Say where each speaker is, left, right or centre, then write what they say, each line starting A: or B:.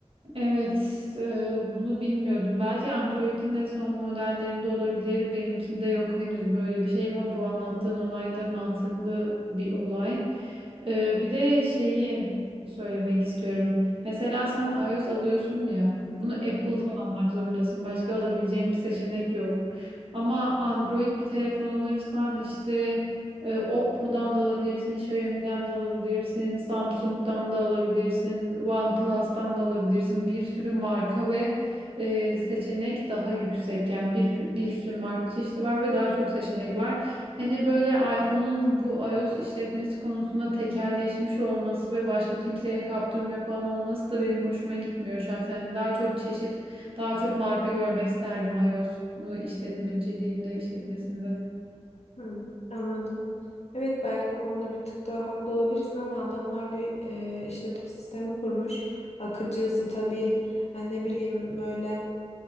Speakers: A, on the right (about 55°); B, on the left (about 70°).
A: Evet, e, bunu bilmiyordum. Belki Android'in de son modellerinde olabilir. Benimkinde yok henüz böyle bir şey ama bu anlattığın olay da mantıklı bir olay. E, bir de şeyi söylemek istiyorum. Mesela sen iOS alıyorsun ya, bunu Apple'da almak zorundasın. Başka alabileceğin bir seçenek yok. Ama Android bir telefon alırsan işte e, Oppo'dan da alabilirsin, Xiaomi'den de alabilirsin, Samsung'dan da alabilirsin, OnePlus'tan da alabilirsin. Bir sürü marka ve e, seçenek daha yüksek. Yani bir bir sürü marka çeşidi var ve daha çok seçenek var. Hani böyle iPhone'un bu iOS işletmesi konusunda tekelleşmiş olması ve başka kimseye kaptırmıyor falan olması da benim hoşuma gitmiyor zaten. Daha çok çeşit, daha çok marka görmek isterdim iOS e, işletmeciliğinde, işletmesinde.
B: Hmm, anladım. Evet belki bu konuda bir tık daha haklı olabilirsin ama adamlar bir e, işletim sistemi kurmuş. Akıcı, stabil, e, ne bileyim böyle